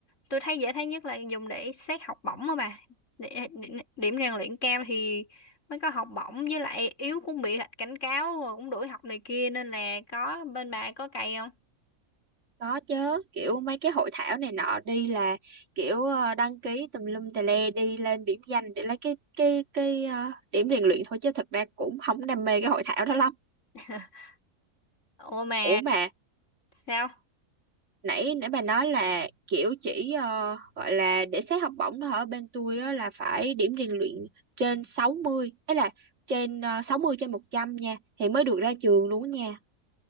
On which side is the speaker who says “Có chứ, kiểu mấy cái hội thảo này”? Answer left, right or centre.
Right